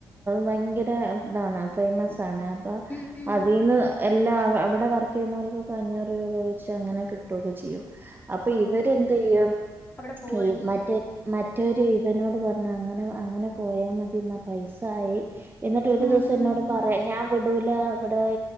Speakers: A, on the right; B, on the left.
A: ഭയങ്കര ഇതാണ് ഫേമസ് ആണ്. അപ്പ
B: ഉം ഉം
A: അതിന്ന് എല്ലാം അവിടെ വർക്ക് ചെയ്യുന്നവർക്കൊക്കെ അഞ്ഞൂറ് രൂപ വെച്ച് അങ്ങനെ. കിട്ടുവൊക്കെ ചെയ്യും അപ്പൊ
B: ഓ
A: ഇവരെന്ത് ചെയ്യും
B: അവിടെ പോവായിരുന്നോ
A: ഈ മറ്റേ മറ്റവര് ഇവനോട് പറഞ്ഞ് അങ്ങനെ അങ്ങനെ പോയാമതി എന്ന പൈസായി എന്നിട്ട് ഒരു
B: ഉം
A: ദിവസം എന്നോട് പറയ ഞാൻ വിടൂല ഇവടെ